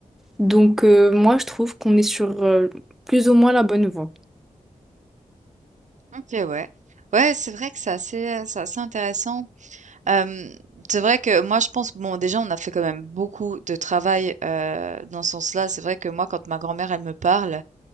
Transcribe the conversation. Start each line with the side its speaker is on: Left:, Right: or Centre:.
Centre: Donc euh, moi, je trouve qu'on est sur euh, plus ou moins la bonne voie.
Right: OK, ouais. Ouais, c'est vrai que c'est assez, euh, c'est assez intéressant. Euh, c'est vrai que moi, je pense, bon, déjà, on a fait quand même beaucoup de travail euh, dans ce sens-là. C'est vrai que moi, quand ma grand-mère, elle me parle,